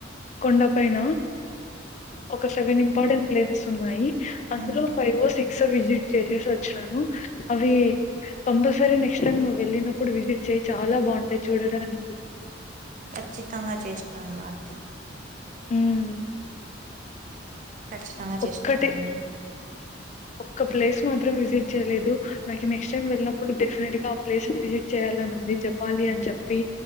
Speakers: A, on the left; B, on the right.
A: కొండ పైన ఒక సెవెన్ ఇంపార్టెంట్ ప్లేసెస్ ఉన్నాయి. అందులో
B: హ్మ్
A: ఫైవ్ సిక్స్. సో విజిట్ చేసేసి వచ్చినాను అవి. కంపల్సరీ నెక్స్ట్ టైమ్ నువ్వు వెళ్ళినప్పుడు విజిట్ చెయ్య్ చాలా బాగుంటాది చూడానికి.
B: ఖచ్చితంగా చేస్తాను వార్ది.
A: హ్మ్.
B: ఖచ్చితంగా చేస్థానండి.
A: ఒక్కటి ఒక్క ప్లేస్ మాత్రం విజిట్ చేయలేదు నాకు నెక్స్ట్ టైం వెళ్ళినప్పుడు డెఫినెట్ గా ఆ ప్లేస్ విజిట్ చేయాలని ఉంది జపాలి అని చెప్పి.